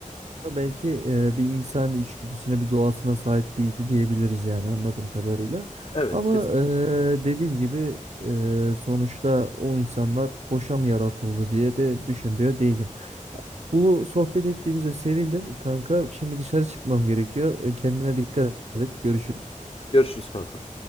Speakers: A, on the right; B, on the left.
A: Ama Belki e, bir insani içgüdüsüne, bir doğasına sahip değildi diyebiliriz yani anladığım kadarıyla.
B: Evet
A: Ama
B: kesinlikle.
A: e, dediğim gibi e, sonuçta o insanlar boşa mı yaratıldı diye de düşünmüyor değilim. Bu sohbet ettiğimize sevindim kanka. Şimdi dışarı çıkmam gerekiyor. E, Kendine dikkat et. Görüşürüz.
B: Görüşürüz kankam.